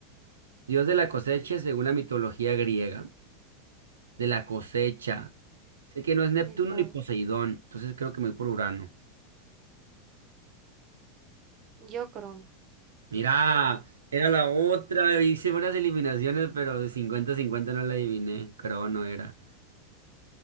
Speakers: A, on the right; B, on the right.
A: Dios de la cosecha, según la mitología griega, de la cosecha. Sé que no es Neptuno
B: y todo.
A: ni Poseidón, entonces creo que me voy por Urano.
B: Yo crono.
A: Mira, era la otra, hice buenas eliminaciones, pero de 50 cincuenta no la adiviné, creo no era.